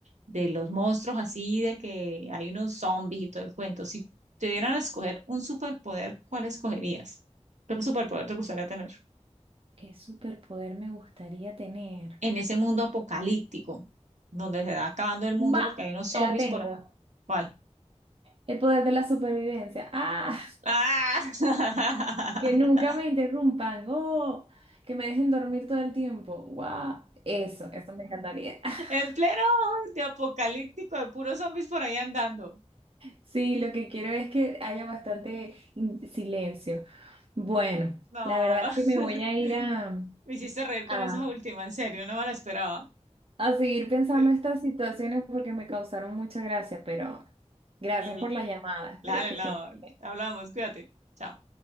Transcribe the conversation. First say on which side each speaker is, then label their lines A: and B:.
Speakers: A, on the right; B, on the right.
A: de los monstruos, así de que hay unos zombies y todo el cuento. Si te dieran a escoger un superpoder, ¿cuál escogerías? ¿Qué superpoder te gustaría tener?
B: qué superpoder me gustaría tener?
A: En ese mundo apocalíptico, donde se va acabando el mundo
B: Va,
A: porque hay unos
B: te
A: zombies
B: la tengo.
A: por allá. ¿Cuál?
B: El poder de la supervivencia. Ah.
A: ¡Ah! <laughs>
B: Que nunca me interrumpan, oh, que me dejen dormir todo el tiempo. ¡Wow! Eso, eso me encantaría. <laughs>
A: En pleno de apocalíptico, de puros zombies por ahí andando.
B: Sí, lo que quiero es que haya bastante in- silencio. Bueno,
A: No.
B: la verdad es que me
A: <laughs>
B: voy a ir a,
A: Me hiciste reír con
B: a,
A: esa última, en serio, no me la esperaba.
B: a seguir pensando
A: Eh,
B: estas situaciones porque me causaron mucha gracia, pero gracias
A: Dale, dale,
B: por la llamada. Espero
A: dale,
B: que
A: no,
B: estés
A: hablamos, cuídate. chao.